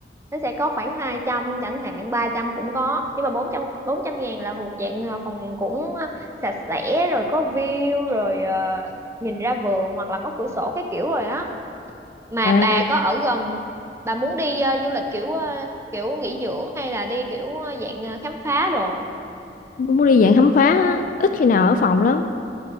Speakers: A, on the right (about 15°); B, on the left (about 45°).
A: nó sẽ có khoảng 200 chẳng hạn 300 cũng có nhưng mà bốn trăm bốn trăm ngàn là thuộc dạng ờ, phòng cũng ờ, sạch sẽ rồi có view rồi ờ, nhìn ra vườn hoặc là có cửa sổ cái kiểu rồi á mà
B: à,
A: bà có ở gần bà muốn đi ờ, du lịch kiểu ờ, kiểu nghỉ dưỡng hay là đi kiểu ờ, dạng ờ, khám phá đồ
B: muốn đi dạng khám phá á, ít khi nào ở phòng lắm